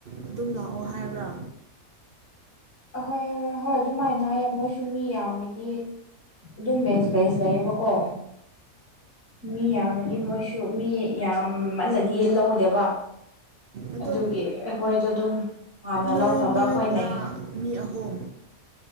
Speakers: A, on the right; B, on the left.
A: ꯑꯗꯨꯝ ꯂꯥꯛꯑꯣ ꯍꯥꯏꯕ꯭ꯔꯥ
B: ꯑꯍꯣꯏ ꯍꯣꯏ ꯑꯗꯨꯃꯥꯏꯅ ꯍꯥꯏꯌꯦ ꯃꯣꯏꯁꯨ ꯃꯤ ꯌꯥꯝꯕꯗꯤ ꯑꯗꯨꯝ ꯕꯦꯁ ꯕꯦꯁ ꯂꯩꯌꯦꯕꯀꯣ ꯃꯤ ꯌꯥꯝꯃꯗꯤ ꯃꯣꯏꯁꯨ ꯃꯤ ꯌꯥꯝꯃꯜꯂꯗꯤ ꯂꯧꯗꯦꯕ
A: ꯑꯗꯣ
B: ꯑꯗꯨꯒꯤ ꯑꯩꯈꯣꯏꯗꯣ ꯑꯗꯨꯝ ꯍꯥꯟꯅ
A: ꯅꯣꯏ
B: ꯂꯧꯈ꯭ꯔꯕ ꯑꯩꯈꯣꯏꯅ
A: ꯅꯣꯏꯗꯨꯅ ꯃꯤ ꯑꯍꯨꯝ